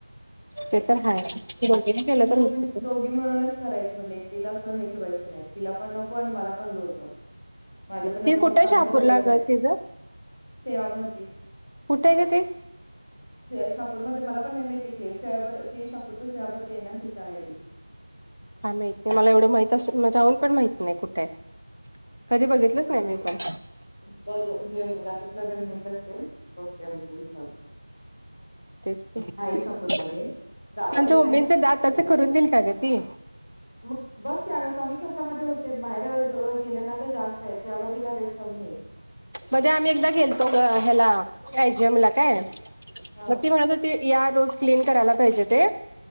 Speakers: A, on the right; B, on the left.
A: ते तर हाय. केलं तर
B: दोघी
A: होतंय
B: दोघी मिळूनच करायचं म्हणले एकीला असं हे ठेवायचं नाही तिला पण नको आणि मला पण लोड नको माझं पण
A: ती
B: आता मग
A: कुठे
B: कामाचा
A: शहापूरला
B: बघत राहायचं.
A: ग तिचं
B: सेवा भरती
A: कुठे आहे ग ते
B: श्रेया शाप पूर मध्ये मला पण नाय माहिती क्ले सोयाभर ते शाकूरचा सेवा भरती ये ना तिथं आहे ती.
A: काय माहित ते मला एवढं माहित असो राहून पण माहित नाही कुठे आहे? कधी बघितलंच
B: <unintelligible>
A: नाही
B: आहे
A: मी पण
B: बघ ग मी राकेशला गर मिळत असतेल होत्या <unintelligible> चारा
A: त्यांचा
B: शहापूरमध्ये गावात एक
A: मम्मीचा
B: आहे
A: दाताचा
B: तिकडे
A: करून देईल का ग ती?
B: मग बघ की अगं कमी खर्चामध्ये होते माहेऱ्या वाग गेल्या ना तर जास्त आहे त्यावर तिला रेट कमी येतो.
A: मध्ये आम्ही एकदा गेलतो गं ह्याला एजम ला काय
B: हा
A: मग ती म्हणत हो ती या रोज क्लीन करायला पाहिजे ते